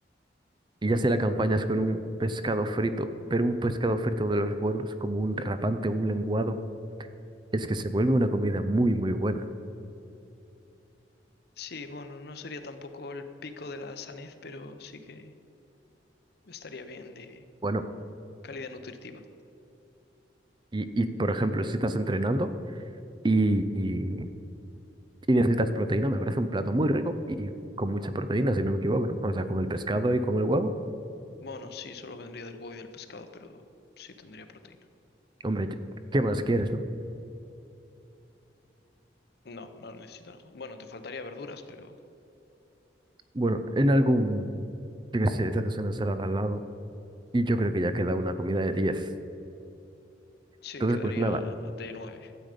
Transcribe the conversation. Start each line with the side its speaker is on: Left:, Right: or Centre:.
Right: Y ya si la acompañas con un pescado frito, pero un pescado frito de los buenos, como un rapante, un lenguado. Es que se vuelve una comida muy, muy buena.
Left: Sí, bueno, no sería tampoco el pico de la sanez, pero sí que estaría bien de
Right: Bueno,
Left: calidad nutritiva.
Right: y, y, por ejemplo, si estás entrenando y, y- y necesitas proteína, me parece un plato muy rico y con mucha proteína, si no me equivoco, ¿no? O sea, con el pescado y con el huevo.
Left: Bueno, sí, solo vendría del huevo y del pescado, pero sí tendría proteína.
Right: Hombre, yo- ¿qué más quieres, no?
Left: No, no necesito nada. Bueno, te faltaría verduras, pero
Right: Bueno, en algún, yo qué sé, te haces una ensalada al lado y yo creo que ya queda una comida de diez
Left: sí
Right: Entonces,
Left: quedaría
Right: pues nada,
Left: de nueve